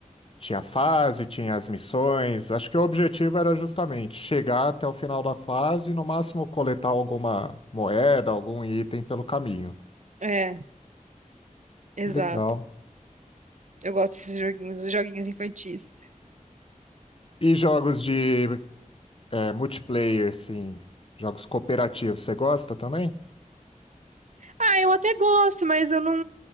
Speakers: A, on the left; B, on the right.
A: Tinha fase, tinha as missões. Acho que o objetivo era justamente chegar até o final da fase e, no máximo, coletar alguma moeda, algum item pelo caminho.
B: É, exato.
A: Legal.
B: Eu gosto desses joguinhos, os joguinhos infantis.
A: E jogos de é, multiplayer, sim. Jogos cooperativos. Você gosta também?
B: Ah, eu até gosto, mas eu não,